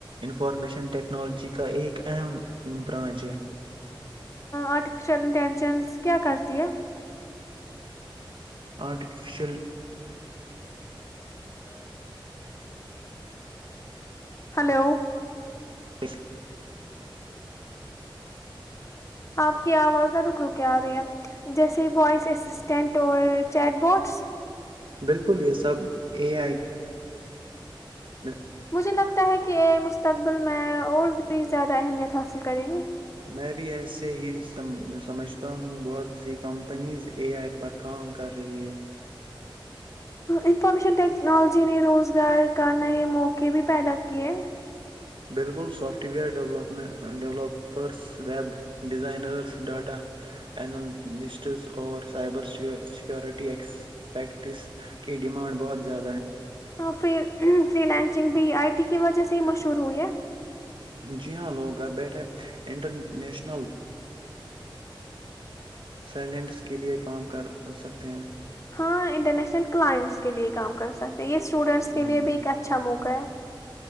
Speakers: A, on the right; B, on the left.
A: انفارمیشن ٹیکنالوجی کا ایک اہم برانچ ہے
B: آرٹیفیشیل انٹیلیجنس کیا کرتی ہے
A: آرٹیفشل
B: <inaudible> ہلو
A: اسس <unintelligible>
B: آپ کی آواز نہ رک رک آ رہی ہے جیسے وائس اسسٹینٹ اور چیٹ بورڈس
A: بالکل یہ سب یہ ہے میں <unintelligible>
B: مجھے لگتا ہے کہ مستقبل میں اور بھی زیادہ اہمیت حاصل کریں گی
A: میں بھی ایسے ہی سم سمجھتا ہوں بہت سی کمپنیز اے آئی پر کام کر رہی ہے
B: انفارمیشن ٹیکنالوجی نے روزگار کا نئے موقع بھی پیدا کیے
A: بالکل software developers web designers data analysts اور سائبر سیکیورٹی ایکسپیکٹس کی ڈیمانڈ بہت زیادہ ہیں
B: ہاں فری فری لینسنگ بھی آئی ٹی کی وجہ سے ہی مشہور ہوئی ہے
A: جی ہاں لوگ گھر بیٹھے انٹرنیشنل سائلنٹس کے لئے کام کر سکتے ہیں <unintelligible>
B: انٹرنیشنل کلائنٹس کے لیے کام کر سک یہ اسٹوڈینٹس
A: ہاں
B: کے لیے بھی
A: جی
B: ایک اچھا موقع ہے